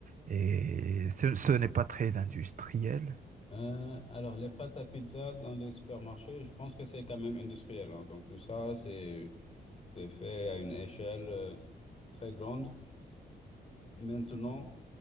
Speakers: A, on the right; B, on the left.
A: et ce, ce n'est pas très industriel?
B: euh, alors les pâtes à pizza dans les supermarchés, je pense que c'est quand même industriel. hein. Donc tout ça, c'est, c'est fait à une échelle euh, très grande. Maintenant,